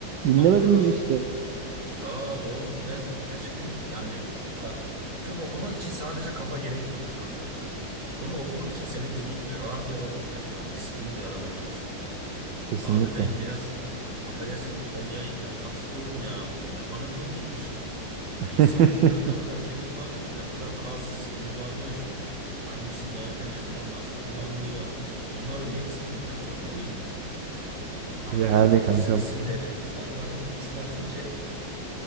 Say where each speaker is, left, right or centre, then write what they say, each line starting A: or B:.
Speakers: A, on the right; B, on the right.
A: Dinlemedin
B: Kanka
A: biz işte.
B: ya oğlum ben gerçekten yani bak tıp okumak için sadece kafa gerekmiyormuş kanka. Bunu okumak için senin dediğin gibi rahat bir adam olmayacaksın abi. Disiplinli bir adam olacaksın.
A: Kesinlikle.
B: Abi ben biraz affedersin popomu yayıp yatmak istiyorum ya. Bu ne anatomiymiş.
A: <laughs>
B: İnsan vücudunda ne kadar kemik varmış, ne kadar kas, sinir varmış. Hangisi nerede, ne zaman, nasıl kullanılıyor. Bunların hepsini bilmek zorundayım. Kanka
A: Yani
B: kafatası
A: kankam.
B: isimleri. Allah'ım hepsi Latince.